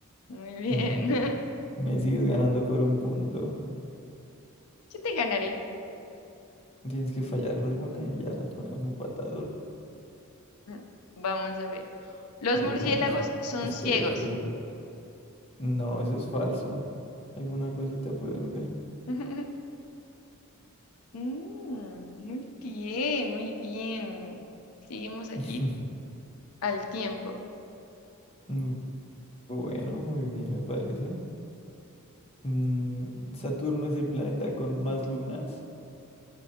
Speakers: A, on the left; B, on the left.
A: Muy bien.
B: Mm,
A: <laughs>
B: Me sigues ganando por un punto.
A: Yo te ganaré.
B: Tienes que fallar en alguna y ya nos ponemos empatados.
A: Mm, Vamos a ver. Los
B: A ver,
A: murciélagos
B: bueno, es-
A: son
B: espero,
A: ciegos.
B: espero salud. No, eso es falso. Alguna cosita pueden ver.
A: <laughs> Mm, muy bien, muy bien. Seguimos aquí.
B: <laughs>
A: al tiempo.
B: Mm, Bueno, muy bien, me parece. Mm, ¿Saturno es el planeta con más lunas?